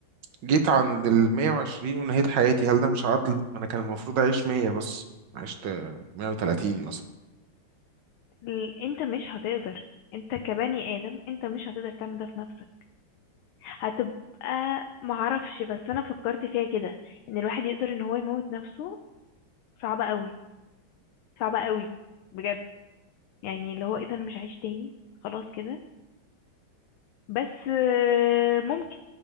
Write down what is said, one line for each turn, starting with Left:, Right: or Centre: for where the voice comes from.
Right: جيت عند ال 120 ونهيت حياتي هل ده مش عدل ما انا كان المفروض اعيش 100 بس عشت 130 مثلا
Left: ال- انت مش هتقدر انت كبني ادم انت مش هتقدر تعمل ده في نفسك هتبقى معرفش بس انا فكرت فيها كده ان الواحد يقدر ان هو يموت نفسه صعبة قوي صعبة قوي بجد يعني اللي هو ايه ده انا مش هعيش تاني خلاص كده بس آه، ممكن